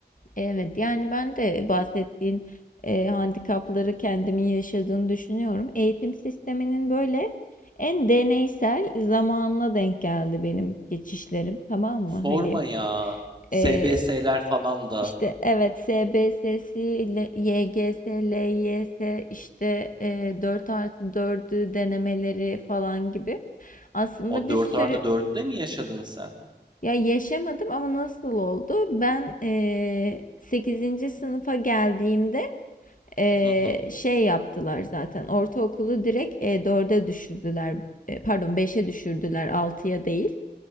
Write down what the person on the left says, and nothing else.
Evet. Yani ben de bahsettiğin e, handikapları kendimin yaşadığını düşünüyorum. Eğitim sisteminin böyle en deneysel zamanına denk geldi benim geçişlerim. Tamam mı?
Hani
e,
İşte evet SBS'si ile YGS, LYS işte e, 4 artı dördü denemeleri falan gibi. Aslında
bir sürü
ya yaşamadım ama nasıl oldu? Ben e, 8. sınıfa geldiğimde e,
şey yaptılar zaten ortaokulu direkt e, 4'e düşürdüler. E, pardon beşe düşürdüler altıya değil.